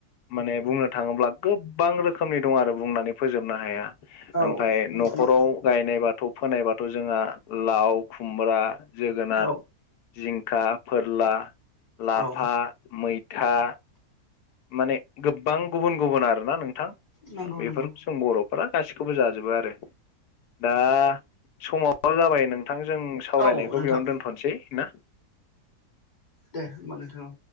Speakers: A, on the left; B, on the left.
A: माने बुंनो थाङोब्ला गोबां रोखोम खोमनि दं आरो बुंनानै फोजोबनो हाया
B: औ
A: ओमफ्राय
B: नंगौ
A: नखराव
B: नंगौ
A: गायनाय बा थ फोनायबाथ जोंहा लाव खुमब्रा जोगोनार
B: औ
A: जिंखा फोरला लाफा
B: औ
A: मैथा माने गोब्बां गुबुन गुबुन आरोना नोंथां
B: नंगौ
A: बेफोर
B: नंगौ
A: जों बरफोरा गासिखौबो जाजोबो आरो। दा समाबो जाबाय नोंथां जों सावरायनायखौ
B: औ नोंथां
A: बेयावनो दोनथनोसै ना?
B: दे होमबा नोंथां औ।